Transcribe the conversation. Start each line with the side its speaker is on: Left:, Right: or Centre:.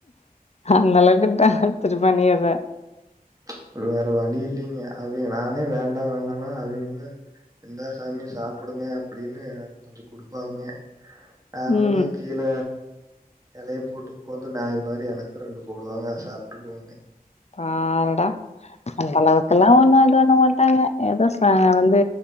Left: அந்த அளவுக்கிட்டா திரு பண்ணீயற
Right: ச் ஒரு வேற வழி இல்லீங்க அவிங் நானே வேண்டா வேண்டானா அவிங்ளே இந்தா சாமி சாப்புடுங்க அப்படின்னு கொஞ்ச குடுப்பாங்க ஆன
Left: ம்
Right: மா கீழ எலய போட்டு உக்காந்து நாய் மாரி எனக்கு ரண்டு போடுவாங்க அத சாப்ட்டுக்குவோங்க
Left: பாவ் ஆ அந்த அளவுக்கெல்லா <unintelligible> வண்ட்டாய்ங்க ஏதோ சா வந்து